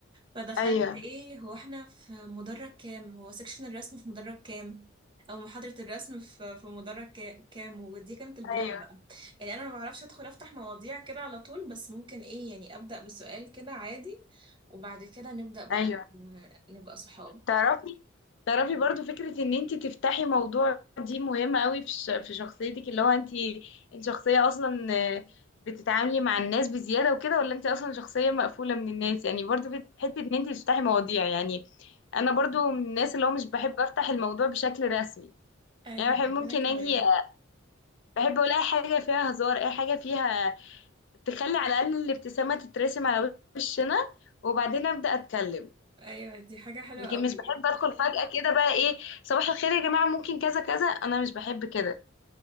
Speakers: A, on the right; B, on the left.
A: فدخلت
B: <laughs> ايوه
A: ايه هو احنا في مدرج كام هو سكشن الرسم في مدرج كام او محاضرة الرسم في في مدرج كا- كام ودي كانت البداية
B: ايوه
A: بقى يعني انا ما بعرفش ادخل افتح مواضيع كده على طول بس ممكن ايه يعني ابدأ بسؤال كده عادي وبعد كده نبدأ بقى
B: ايوه
A: م- نبقى صحاب
B: تعرفي تعرفي برضو فكرة ان انت تفتحي موضوع دي مهمة قوي في ش- في شخصيتك اللي هو انت انت شخصية اصلا آه، بتتعاملي مع الناس بزيادة وكده ولا انت اصلا شخصية مقفولة من الناس يعني برضو في حتة ان انت تفتحي مواضيع يعني انا برضو من الناس اللي هو مش بحب افتح الموضوع بشكل رسمي
A: ايوه
B: يعني بحب ممكن
A: وانا كمان
B: اجي بحب اقول اي حاجة فيها هزار اي حاجة فيها تخلي على الاقل الابتسامة تترسم على وشنا وبعدين ابدا اتكلم
A: ايوه دي حاجة حلوة
B: لكن
A: قوي
B: مش بحب ادخل فجأة كده بقى ايه صباح الخير يا جماعة ممكن كذا كذا انا مش بحب كده